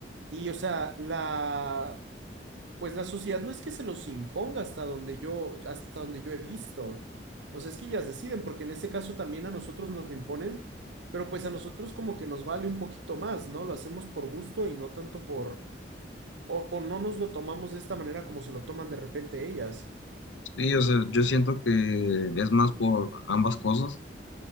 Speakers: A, on the right; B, on the left.
A: y o sea, la, pues la sociedad no es que se los imponga hasta donde yo, hasta donde yo he visto, o sea, es que ellas deciden, porque en este caso también a nosotros nos lo imponen, pero pues a nosotros como que nos vale un poquito más, ¿no? Lo hacemos por gusto y no tanto por, o, o no nos lo tomamos de esta manera como se lo toman de repente ellas.
B: Sí, o sea, yo siento que es más por ambas cosas